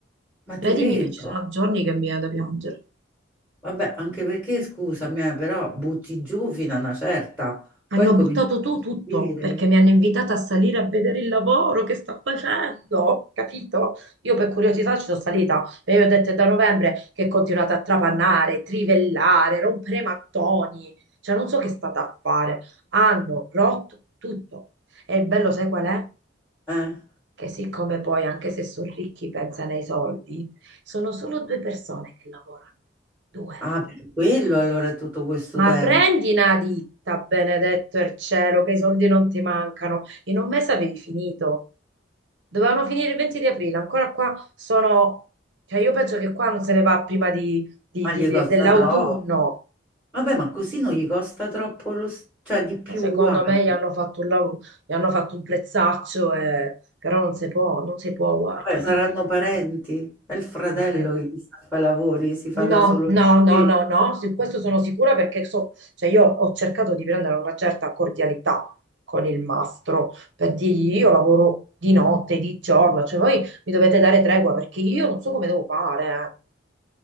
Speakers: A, in the centre; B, on the right (about 65°).
A: Ma
B: Credimi
A: ti credo.
B: che ci sono giorni che mi viene da piangere.
A: Vabbè, anche perché, scusami, eh, però butti giù fino a una certa, poi
B: Hanno
A: incominci
B: buttato
A: a
B: tu
A: costruire.
B: tutto perché mi hanno invitata a salire a vedere il lavoro che sta facendo, capito? Io per curiosità ci sono salita e io ho detto è da novembre che continuate a trapannare, trivellare, rompere mattoni, cioè non so che state a fare. Hanno rotto tutto. E il bello sai qual è?
A: Eh?
B: Che siccome poi anche se sono ricchi pensano ai soldi, sono solo due persone che lavorano, due.
A: Ah, per quello allora è tutto questo
B: Ma
A: tempo.
B: prendi una ditta, benedetto il cielo, che i soldi non ti mancano. In un mese avevi finito. Dovevano finire il 20 di aprile, ancora qua sono... Cioè io penso che qua non se ne va prima di, di-
A: Ma
B: di-
A: gli
B: de-
A: costa
B: dell'autunno.
A: troppo. Vabbè, ma così non gli costa troppo lo, s- cioè di più
B: Ma Secondo
A: uguale.
B: me gli hanno fatto un, lav- gli hanno fatto un prezzaccio, e- però non si può, non si può, guarda.
A: Vabbè, saranno
B: In più.
A: parenti? È il fratello
B: Ma che ne...
A: che gli sta a fare i lavori, si fa
B: No,
A: da solo le
B: no, no,
A: spese.
B: no, no, su questo sono sicura perché so, cioè io ho cercato di prendere una certa cordialità con il mastro per dirgli io lavoro di notte, di giorno, cioè voi mi dovete dare tregua perché io non so come devo fare.